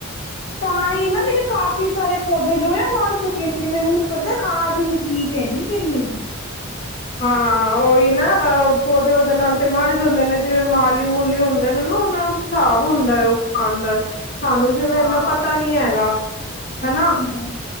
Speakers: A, on the left (about 60°); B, on the left (about 45°).
A: ਤਾਂ ਹੀ ਨਾ ਮੇਰੇ ਕਾਫੀ ਸਾਰੇ ਪੌਦੇ ਜੋ ਆ ਮਰ ਚੁੱਕੇ ਨੇ ਮੈਨੂੰ ਲੱਗਦਾ ਖਾਦ ਠੀਕ ਹੈਗੀ ਫਿਰ ਮੇਰੀਆਂ।
B: ਹਾਂ ਉਹੀ ਨਾ ਅਹ ਪੌਦੇ ਉਹਦੇ ਨਾਲ ਤੇ ਮਰ ਜਾਂਦੇ ਨੇ ਜਿਵੇਂ ਮਾਲੀ ਮੂਲੀ ਹੁੰਦੇ ਨੇ ਨਾ ਉਹਨਾਂ ਨੂੰ ਹਿਸਾਬ ਹੁੰਦਾ ਹੈ ਉਹ ਪਾਣ ਦਾ। ਸਾਨੂੰ ਜਿਵੇਂ
A: ਹਾਂ।
B: ਇੰਨਾ ਪਤਾ ਨੀ ਹੈਗਾ। ਹੈਨਾ?
A: ਹੂੰ